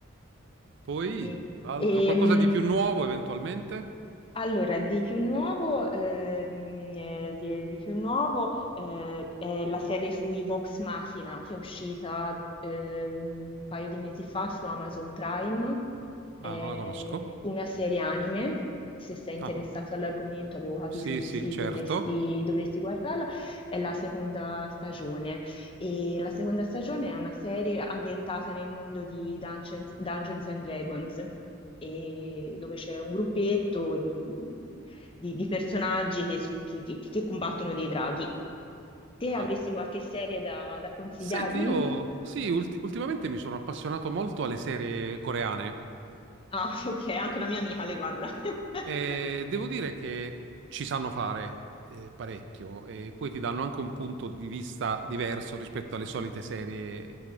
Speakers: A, on the right (about 60°); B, on the left (about 25°).
A: Poi,
B: E,
A: altro,
B: e,
A: qualcosa
B: mh,
A: di più nuovo eventualmente?
B: Allora, di più nuovo, ehm, eh, di, di più nuovo eh, è la serie sui Vox Machina che è uscita eh, un paio di mesi fa su Amazon Prime, è
A: Ah, non la conosco.
B: una serie anime. Se sei interessato
A: Ah,
B: all'argomento, avevo capito
A: sì,
B: di
A: sì,
B: sì,
A: certo.
B: dovresti, dovresti guardarla. È la seconda stagione. E la seconda stagione è una serie ambientata nel mondo di Dungeons Dungeons and Dragons e dove c'è un gruppetto di, di- di personaggi che, che- che- che combattono dei draghi. Te
A: Ah.
B: avresti qualche serie da, da consigliarmi?
A: Senti, io sì, ulti- ultimamente mi sono appassionato molto alle serie coreane.
B: Ah, <laughs> ok, anche una mia amica le guarda. <laughs>
A: Eh, devo dire che ci sanno fare eh, parecchio e poi ti danno anche un punto di vista diverso rispetto alle solite serie